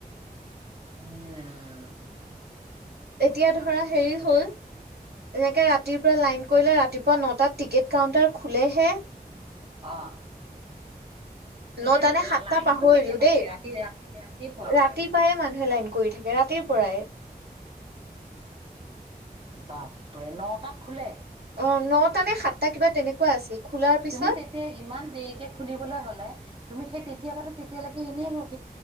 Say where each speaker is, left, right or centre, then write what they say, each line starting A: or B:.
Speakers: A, on the right; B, on the right.
A: <unintelligible>
B: এতিয়া ধৰা হেৰি হ'ল। এনেকে ৰাতিৰ পৰা লাইন কৰিলে ৰাতিপুৱা ন'টাত টিকেট কাউণ্টাৰ খুলেহে।
A: অ'। এতিয়া
B: নটা নে
A: লা-
B: সাতটা
A: লাইনটো
B: পাহৰিলো
A: কেতিয়াৰ পৰা
B: দেই
A: থাকে? ৰাতি- ৰাতি- ৰাতিপুৱাৰ
B: ৰাতিপুৱাই
A: পৰাই।
B: মানুহে লাইন কৰি থাকে ৰাতিৰ পৰাই।
A: বাপৰে ন টাত খোলে।
B: অ' নটা নে সাতটা কিবা তেনেকুৱা আছিল। খোলাৰ পিছত
A: তুমি তেতিয়া ইমান দেৰিকে খুলিবলৈ হ'লে তুমি সেই তেতিয়াৰ পৰাতো তেতিয়ালৈকে এনেই ৰ